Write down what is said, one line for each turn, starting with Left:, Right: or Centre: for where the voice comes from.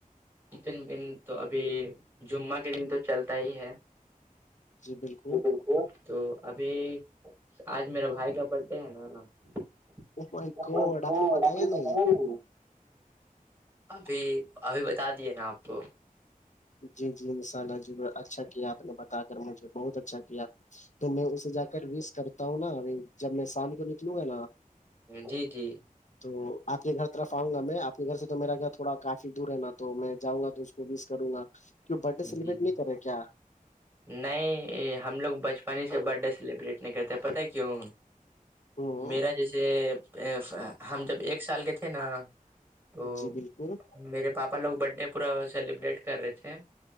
Right: لیکن دن تو ابھی جمعہ کے دن تو چلتا ہی ہے
Left: جی بالکل
Right: ا <unintelligible> تو ابھی آج میرا بھائی کا برتھ ڈے ہے نا <unintelligible>
Left: او مائی گوڈ آپ نے بتایا نہیں
Right: ابھی ابھی بتا دیے نا آپ کو
Left: جی جی انشاء اللہ ضرور اچھا کیا آپ نے بتا کر مجھے بہت اچھا کیا تو میں اسے جا کر وس کرتا ہوں نا جب میں شام کو نکلوں گا نا
Right: جی جی
Left: تو آپ کے گھر طرف آؤں گا میں آپ کے گھر سے تو میرا گھر تھوڑا کافی دور ہے نا تو میں جؤں گا تو بیس کروں گا کی برتھ ڈے
Right: جی
Left: سیبریٹ نہیں کرے کیا
Right: نہیں ہم لوگ بچپن ہی سے برتھ ڈے سیلیبریٹ نہیں کرتے پتہ کیوں
Left: ہوں
Right: میرا جیسے ا ہم جب ایک سال کے تھے نا تو
Left: جی بالکل
Right: میرے پاپا لوگ برتھ ڈے پورا سیلیبریٹ کر رہے تھے